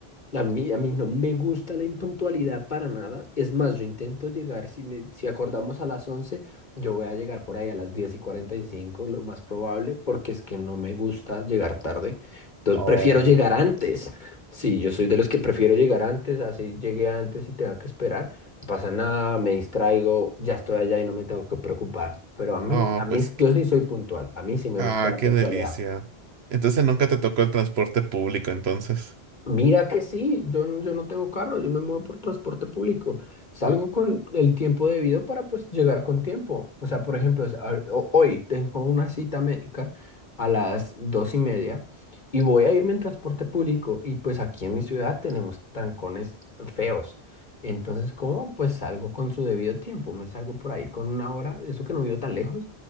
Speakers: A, on the left; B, on the right.
A: A mí, a mí no me gusta la impuntualidad para nada. Es más, yo intento llegar, si, me, si acordamos a las 11 yo voy a llegar por ahí a las 10 y 45 lo más probable, porque es que no me gusta llegar tarde. Entonces
B: Oh.
A: prefiero llegar antes. Sí, yo soy de los que prefiero llegar antes, así llegué antes y tenga que esperar. No pasa nada, me distraigo, ya estoy allá y no me tengo que preocupar. Pero a mí,
B: Oh,
A: a mí,
B: pues, qué-
A: yo sí soy puntual. A mí sí me
B: ah,
A: gusta la
B: qué
A: puntualidad.
B: delicia. Entonces nunca te tocó el transporte público, entonces.
A: Mira que sí, yo, n- yo no tengo carro, yo me muevo por transporte público. Salgo con el tiempo debido para pues llegar con tiempo. O sea, por ejemplo, es- a- ho- hoy tengo una cita médica a las dos y media y voy a irme en transporte público y pues aquí en mi ciudad tenemos trancones feos. Entonces, ¿cómo? Pues salgo con su debido tiempo, me salgo por ahí con una hora, eso que no vivo tan lejos